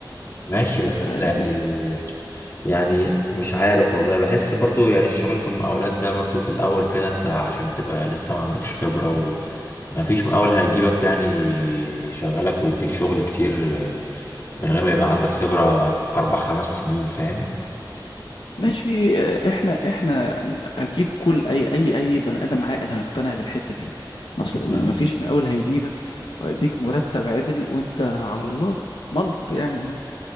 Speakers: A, on the left; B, on the left.
A: ماشي
B: انت
A: بس
B: فاهمني
A: انت يعني يعني مش عارف والله بحس برضو يعني الشغل في المقاولات ده برضو في الاول كده انت عشان بتبقى لسه ما عندكش خبرة وما فيش مقاول هيجيبك يعني يشغلك ويديك شغل كتير آه، من غير ما يبقى عندك خبرة اربع خمس سنين فاهم
B: ماشي اه، احنا احنا اكيد كل اي اي اي بني ادم عاقل هيقتنع بالحته دي ما اصل
A: امم
B: ما ما فيش مقاول هيجيبك ويديك مرتب عدل وانت على الله ملط يعني